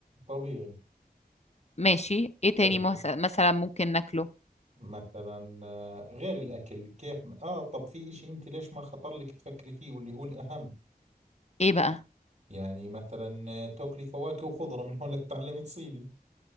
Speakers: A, on the right (about 50°); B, on the left (about 45°).
A: طبيعي
B: ماشي ايه
A: طيب
B: تاني مهس- مثلا ممكن ناكله
A: مثلا آه، غير الاكل كيف م- اه طب في اشي انت ليش ما خطر لك تفكري فيه واللي هو الاهم
B: ايه بقى
A: يعني مثلا آه، تاكلي فواكه وخضرة من هون لتتعلمي تصيدي